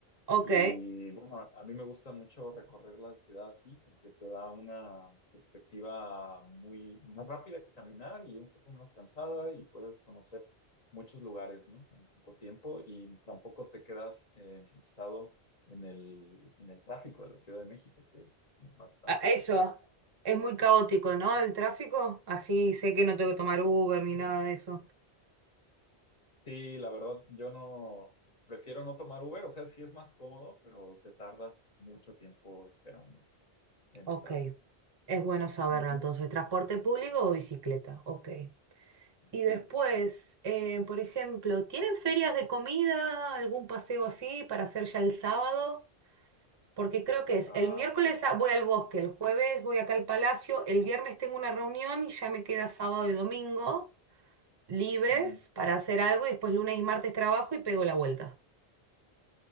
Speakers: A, on the right; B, on the left.
A: ok.
B: y bueno, a, a mí me gusta mucho recorrer la ciudad así porque te da una perspectiva muy más rápida que caminar y un poco menos cansada y puedes conocer muchos lugares, ¿no? En poco tiempo y tampoco te quedas eh, enfrascado en el, en el tráfico de la Ciudad de México, que es bastante
A: Ah, Eso,
B: pesado.
A: es muy caótico, ¿no?
B: ¿no?
A: El tráfico, así sé que no tengo que tomar Uber ni nada de eso.
B: Sí, la verdad, yo no prefiero no tomar Uber, o sea, sí es más cómodo, pero te tardas mucho tiempo esperando en
A: Ok,
B: el tráfico.
A: es bueno saberlo
B: Ujú.
A: entonces, ¿transporte público o bicicleta? Ok. Y
B: Sí.
A: después, eh, por ejemplo, ¿tienen ferias de comida, algún paseo así para hacer ya el sábado? Porque creo que es
B: Ah,
A: el miércoles
B: ok.
A: a- voy al bosque, el jueves voy acá al palacio, el viernes tengo una reunión y ya me queda sábado y domingo libres
B: Ujú.
A: para hacer algo y después lunes y martes trabajo y pego la vuelta.